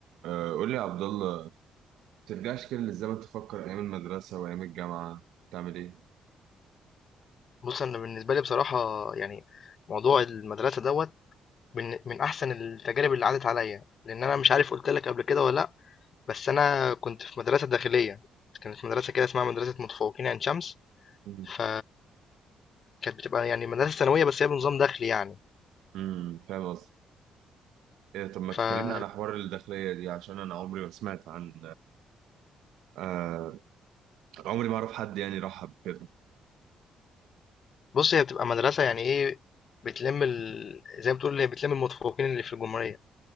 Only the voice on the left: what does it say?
بُص، أنا بالنسبة لي بصراحة يعني موضوع المدرسة دوّة من من أحسن التجارب اللي عدّت عليّا، لإن أنا مش عارف قُلت لك قبل كده والّا لأ، بس أنا كنت في مدرسة داخلية، كانت مدرسة كده اسمها مدرسة متفوقين عين شمس،
ف كانت بتبقى يعني مدرسة ثانوية بس هي بنظام داخلي يعني،
فبُص،
هي بتبقى مدرسة يعني إيه، بتلِم ال زي ما تقول هي بتلِم المتفوقين اللي في الجمهورية،